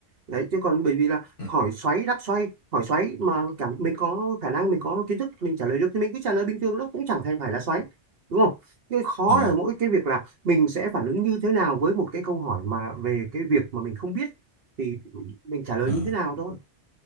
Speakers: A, on the right (about 55°); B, on the left (about 50°).
A: đấy chứ còn bởi vì là
B: Ừ.
A: hỏi xoáy đáp xoay hỏi xoáy mà cảm mình có khả năng mình có kiến thức mình trả lời được thì mình cứ trả lời bình thường nó cũng chẳng thành phải là xoáy đúng không cái khó
B: ờ vâng
A: là mỗi cái việc là mình sẽ phản ứng như thế nào với một cái câu hỏi mà về cái việc mà mình không biết thì mình trả lời
B: ờ,
A: như thế nào thôi